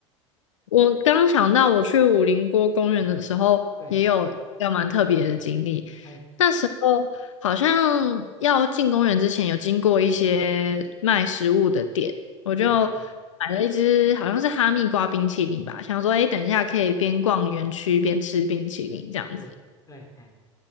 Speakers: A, on the left; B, on the left.
A: 我刚想到，我去武陵锅公园的时候，
B: 对，
A: 也有要蛮特别的经历。
B: 哎，
A: 那时候好像要进公园之前，有经过一些卖食物的店，我就
B: 对，哎，
A: 买了一只好像是哈密瓜冰淇淋吧，想说，哎，等一下可以边逛园区边吃冰淇淋这样子。
B: 是，对，哎，